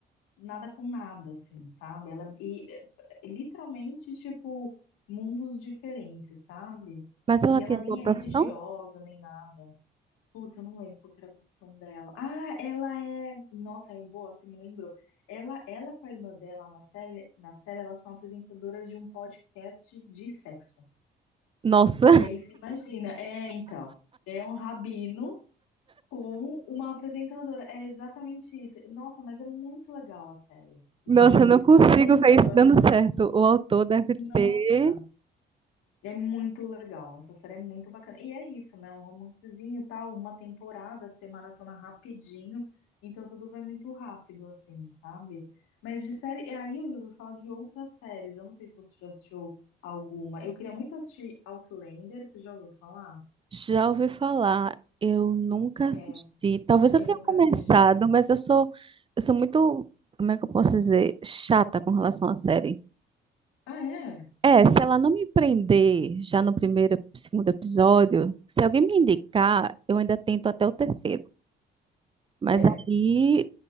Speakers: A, on the left; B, on the right.
A: nada com nada, assim, sabe? Ela e, é, literalmente, tipo, mundos diferentes, sabe?
B: Mas ela
A: E
B: tinha
A: ela nem
B: uma profissão?
A: é religiosa, nem nada. Putz, eu não lembro qual que era a profissão dela. Ah, ela é. Nossa, é boa, você me lembrou. Ela, ela com a irmã dela na série, na série, elas são apresentadoras de um podcast de sexo.
B: Nossa,
A: E aí você imagina, é, então, é um rabino com uma apresentadora. É exatamente isso. Nossa, mas é muito legal a série,
B: <laughs> nossa,
A: juro.
B: eu não consigo
A: Eu não lembro
B: ver
A: agora.
B: isso dando certo. O autor deve
A: Nossa.
B: ter.
A: É muito legal, essa série é muito bacana. E é isso, né? Um romancezinho, tal, uma temporada, ser maratona rapidinho, então tudo vai muito rápido, assim, sabe? Mas de série, é aí eu já ouvi falar de outras séries. Eu não sei se você já assistiu alguma. Eu queria muito assistir Outlander, você já ouviu falar?
B: Já ouvi falar. Eu nunca
A: É.
B: assisti. Talvez eu
A: Eu
B: tenha
A: nunca
B: começado,
A: assisti.
B: mas eu sou, eu sou muito, como é que eu posso dizer? Chata com relação à série.
A: Ah, é?
B: É, se ela não me prender já no primeiro, segundo episódio, se alguém me indicar, eu ainda tento até o terceiro. Mas
A: É.
B: aí,